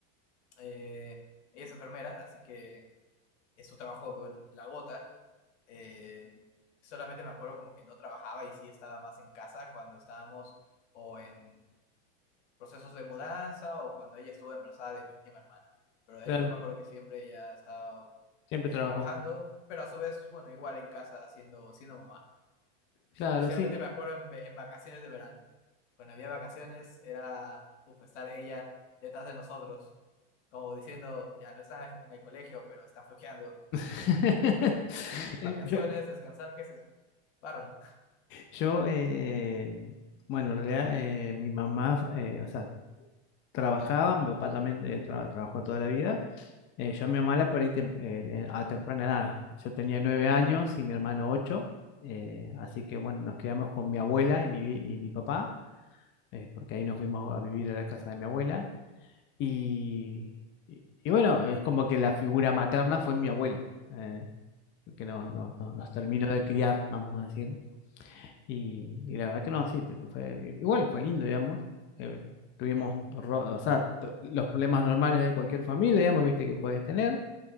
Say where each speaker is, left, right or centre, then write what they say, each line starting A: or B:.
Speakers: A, on the left; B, on the left.
A: Eh, ella es enfermera, así que es su trabajo la gota. Eh, solamente me acuerdo como que no trabajaba y sí estaba más en casa cuando estábamos o en procesos de mudanza o cuando ella estuvo embarazada de mi última hermana. Pero de
B: claro,
A: ahí yo me acuerdo que siempre ella ha estado
B: siempre
A: eh,
B: trabajó.
A: trabajando, pero a su vez, bueno, igual en casa siendo, siendo mamá. Especialmente
B: Claro, sí.
A: me acuerdo en, ve- en vacaciones de verano. Cuando había vacaciones era, uf, estar ella detrás de nosotros, como diciendo, ya no están en el colegio, pero están flojeando.
B: <laughs> Eh,
A: Vacaciones,
B: Yo,
A: descansar, ¿qué es eso? Barran.
B: yo eh, bueno, en realidad eh, mi mamá, eh, o sea, trabajaba, mi papá también eh, tra- trabajó toda la vida. Eh, yo a mi mamá la perdí tem- eh, eh, a temprana edad. Yo tenía nueve años y mi hermano ocho. eh, así que bueno, nos quedamos con mi abuela y mi, vi- y mi papá, eh, porque ahí nos fuimos a vivir a la casa de mi abuela. Y, y, y bueno, es como que la figura materna fue mi abuela, eh, que nos, nos, nos nos terminó
A: Mm.
B: de criar, vamos a decir. Y, y la verdad que no, sí, tu- fue, igual fue lindo, digamos. Eh, tuvimos, ro- o sea, to- los problemas normales de cualquier familia, digamos, viste que puedes tener.